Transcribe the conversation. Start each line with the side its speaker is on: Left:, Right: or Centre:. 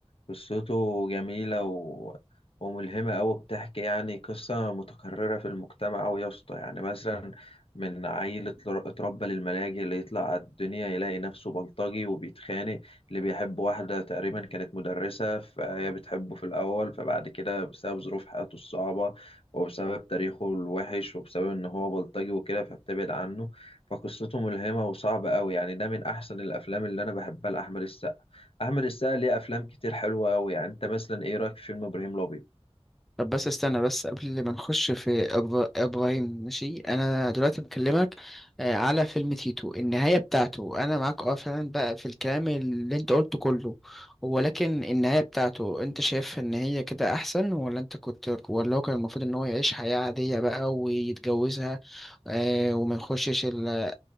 Left: قصته جميلة و... وملهمة أوي بتحكي يعني قصة متكررة في المجتمع أوي يا اسطى يعني مثلا من عيل اتر- اتربى للملاجئ اللي يطلع على الدنيا يلاقي نفسه بلطجي وبيتخانق اللي بيحب واحدة تقريبا كانت مدرسة فهي بتحبه في الأول فبعد كده بسبب ظروف حياته الصعبة وبسبب تاريخه الوحش وبسبب إن هو بلطجي وكده فبتبعد عنه فقصته ملهمة وصعبة قوي يعني ده من أحسن الأفلام اللي أنا بحبها لأحمد السقا أحمد السقا ليه أفلام كتير حلوة أوي يعني أنت مثلا إيه رأيك في فيلم إبراهيم الأبيض
Centre: طب بس استنى بس قبل ما نخش في إبرا... ابراهيم ماشي انا دلوقتي بكلمك آه، على فيلم تيتو النهايه بتاعته انا معاك اه فعلا بقى في الكلام اللي انت قلته كله ولكن النهايه بتاعته انت شايف ان هي كده احسن ولا انت كنت ولا هو كان المفروض ان هو يعيش حياه عاديه بقى ويتجوزها آه، وما يخشش ال-